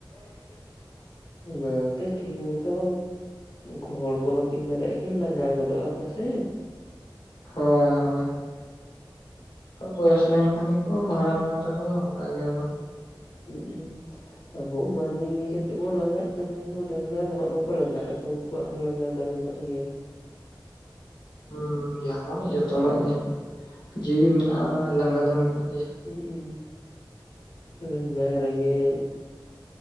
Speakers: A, on the left; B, on the left.
A: ᱾ <unintelligible> ᱚᱱᱟᱛᱮ ᱴᱷᱤᱠ ᱢᱚᱛᱚ ᱜᱚᱦᱚᱲ ᱠᱚ ᱵᱟᱹᱠᱤᱱ ᱫᱟᱲᱮᱭᱟᱜᱼᱟ ᱠᱤᱱ ᱞᱟᱸᱜᱟ ᱜᱚᱫᱚᱜ ᱟᱠᱚ ᱥᱮ᱾
B: ᱦᱳᱭ ᱦᱳᱭ᱾ ᱵᱚᱭᱚᱥ ᱞᱮᱱ ᱠᱷᱟᱱ ᱜᱮ ᱠᱚ ᱦᱟᱲᱟᱢ ᱰᱟᱝᱜᱨᱟ ᱠᱚᱫᱚ ᱱᱚᱝᱠᱟ ᱜᱮᱭᱟ ᱠᱚ ᱾
A: ᱦᱩᱸᱜᱼᱩᱸ ᱟᱵᱚ ᱢᱟᱹᱱᱢᱤ ᱦᱩᱭ ᱠᱟᱛᱮᱜ ᱵᱚᱱ ᱞᱟᱝᱜᱟᱜ ᱠᱟᱱᱟ, ᱩᱱᱠᱩ ᱰᱟᱝᱨᱟ ᱫᱚᱦᱟᱸᱜ ᱢᱟᱠᱳ ᱞᱟᱝᱜᱟᱜ-ᱟ, ᱩᱱᱠᱩᱣᱟᱜ ᱦᱚᱸ ᱞᱟᱸᱜᱟ ᱫᱚ ᱢᱮᱱᱟᱜ ᱜᱮᱭᱟ᱾
B: ᱦᱩᱸ ᱞᱟᱸᱜᱟ ᱢᱟ ᱡᱚᱛᱚ ᱦᱚᱲᱟᱜ ᱜᱮ ᱾ ᱡᱤᱣᱤ ᱢᱮᱱᱟᱜᱼᱟ ᱢᱟᱱᱮ ᱞᱟᱸᱜᱟ ᱫᱚ ᱢᱮᱱᱟᱜ ᱜᱮᱭᱟ᱾
A: ᱦᱩᱸ ᱞᱟᱸᱜᱟ ᱨᱮᱜᱮᱡ